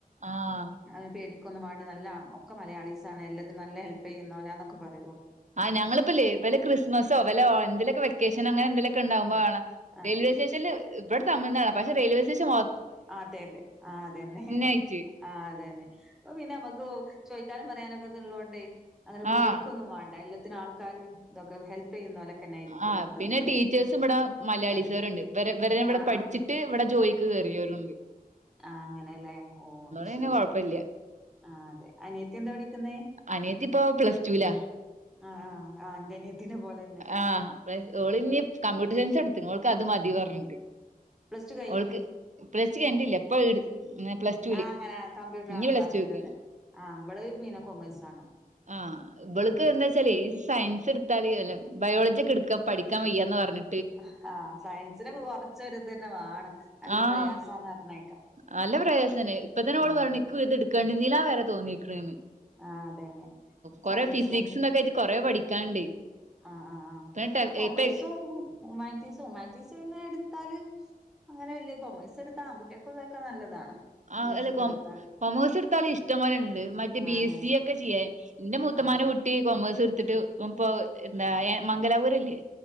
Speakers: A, on the right; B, in the centre.
A: ആഹാ
B: അയിന് പേടിക്കൊന്നും വേണ്ട, നല്ല ഒ ഒക്കെ മലയാളീസാണ്. എല്ലത്തിനും നല്ല ഹെൽപ് ചെയ്യുന്നോലന്നൊക്കെ പറയും ഓൾ.
A: ആ ഞങ്ങളിപ്പല്ലേ ഇവല് ക്രിസ്മസോ, വല്ലോ എന്തെലൊക്കെ വെക്കേഷനോ, അങ്ങനെ എന്തലൊക്കെ ഉണ്ടാകുമ്പോ ആണ്-
B: ആഹ്
A: <inaudible> സ്റ്റേഷൻല് ഇവിടെ തമിഴ്നാടാണ്, പക്ഷെ റെയിൽവേറ്റേഷൻ മൊ-
B: അതെ അതെ ആഹാ അതന്നെ,
A: ആയിട്ട്
B: ആഹാ അതന്നെ അപ്പോ പിന്നെ ഞമ്മക്ക്- പ്പോ ചോയിക്കാനും പറയാനൊക്കെ ള്ളോണ്ടേ അങ്ങനെ പേടിക്കൊന്നും
A: ആഹ്
B: വേണ്ട എല്ലത്തിനും ആൾ- ക്കാരും ഇതൊക്കെ ഹെൽപ്- ചെയ്യുന്നോലൊക്കെന്നെ ആയിരിക്കും
A: ആ
B: മൊത്തത്തില്
A: പിന്നെ ടീച്ചേഴ്സും ഇവിടെ- മലയാളി
B: അതെ
A: സാർണ്ട് ഇവര ഇവിടെ
B: ആ
A: പഠിചിട്ട്- ട്ട് ഇവിടെ ജോയിക്ക് കേറിയവരുണ്ട്.
B: ആഹ് അങ്ങനെല്ലേ ഓ
A: പിന്നെ
B: ശരി.
A: കൊഴപ്പല്ല
B: ആ അതെ അനിയത്തി എന്താ പഠിക്കുന്നേ?
A: അനിയത്തി ഇപ്പോ പ്ലസ് ടുലാ
B: ആഹാ ആ് ഇന്റെനയത്തിനെ പോലെന്നെ.
A: ആഹ് പ്ലസ് ഓള് ഇനി കമ്പ്യൂട്ടർ സയൻസ് എടുത്ത്ക്കണ്, ഓൾക്ക് അത് മതി പറഞ്ഞിട്ട്
B: പ്ലസ് ടു കഴിഞ്ഞു
A: ഓൾക്ക്- പ്ലസ്ടു കഴിഞ്ഞിട്ടില്ല ഇപ്പ ഇട് പ്ലസ്- ടുല്
B: ആഹ് അങ്ങനെ ആ കമ്പ്യൂട്ടർ
A: ഇനി
B: ആ-
A: പ്ലസ്
B: സസ് അതെ,
A: ടുക്ക്
B: അതെ, അതെ ആഹ് ഇവള് പിന്നെ കൊമേഴ്സ് ആണ്.
A: ആഹ് ഇവൾക്ക്
B: ആ
A: എന്താ? ച്ചാൽ സയൻസ് എടുത്താല്ല്- ബയോളജി ഒക്കെ എടുക്കാ പഠിക്കാൻ വയ്യാ എന്ന് പറഞ്.
B: ആഹാ ആഹാ സയൻസിനൊക്ക- കൊറച്ചൊരി ഇതന്നെ വാണം. നല്ല
A: ആഹ്
B: പ്രയാസാന്ന് പറഞ്ഞേക്കാം.
A: നല്ല പ്രയാസനെ ഇപ്പ തന്നെ ഓള്-
B: ആ അതന്നെ
A: പറഞ്ഞണിക്കൂ ഇത് ഇട്ക്കെണ്ടീല ന്ന് വരെ തോന്നിയിക്കണേന്ന്.
B: ആ അതന്നെ
A: കൊറെ
B: സയൻസും
A: ഫിസിക്സ് തൊക്കെയായിട്ട് കൊറെ പഠിക്കാണ്ട്.
B: ആഹ് ആ്
A: ഇപ്പ
B: ആ് കൊമേഴ്സും,
A: ഇപ്പ
B: ഹുമാൻറ്റീസും, ഹുമാൻറ്റീസ് പിന്നെ ഇടുത്താല്- അങ്ങനെ വലിയ കോമേഴ്സ് ഇട്താൽ, ആൺകുട്ടിയാക്കും ഇതൊക്കെ നല്ലതാണ്. കൊമേഴ്സ്
A: ആഹ് അല്ല.
B: ഒക്കെ എടുത്താല്
A: കൊമേഴ്സ് എടുത്താല് ഇഷ്ടം- പോലെണ്ട് മറ്റ്
B: ആ
A: ബി.
B: അതന്നെ
A: സി. എ ഒക്കെ ചെയ്യാ. ഇന്റെ മൂത്തമ്മാന്റെ
B: അതെ
A: കുട്ടി- പ്പൊ ഈ കൊമേഴ്സ് ഇട്ത്തിട്ട് ഓൻ പ്പൊ ന്താ മംഗലാപുരല്ലേ?